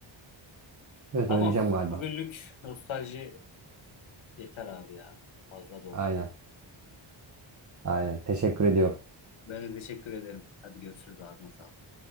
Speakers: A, on the right; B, on the left.
A: Evet
B: Tamam.
A: oynayacağım galiba.
B: Bugünlük nostalji yeter abi ya. Fazla doldu.
A: Aynen. Aynen. Teşekkür ediyorum.
B: Ben de teşekkür ederim. Hadi görüşürüz. Ağzına sağlık.